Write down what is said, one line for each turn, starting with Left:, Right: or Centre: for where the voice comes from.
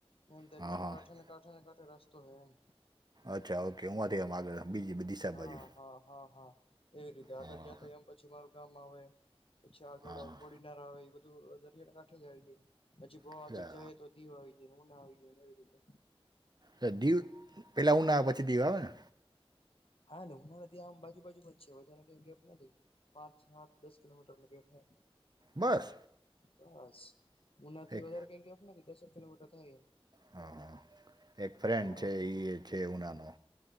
Left: છે એમ દરિયાના
Right: હા હા
Left: કાંઠાને કાંઠા ને કાંઠે રસ્તો હે ઓમ
Right: અચ્છા ઓકે ઓઆથી આગળ બીજી બધી દિશા
Left: હા
Right: બાજુ
Left: હા હા હા એવી રીતે આગળ
Right: હા
Left: જતા એમ પછી મારું ગામ આવે. પછી આગળ
Right: હા હા.
Left: કોડીનાર આવે એ બધું દરિયાના કાંઠે જ આવીએ પછી બવ
Right: અચ્છા,
Left: આગળ જઈ તો દીવ આવી જાય ઉના આવી જાય ને એવી રીતે
Right: હ દીવ પહેલાં ઉના આવે પછી દીવ આવે ને?
Left: હા ઉના ને દીવ આમ બાજુ બાજુ માં જ છે વધાર કઈ ગેપ નથી. પાંચ સાત દસ કલોમીટર નો ગેપ હે.
Right: બસ
Left: બસ ઉનાઈથી
Right: એક
Left: વધારે કઈના દસક કિલોમીટર થાય.
Right: હા, એક ફ્રેન્ડ
Left: તો
Right: છે એ છે ઉનાનો.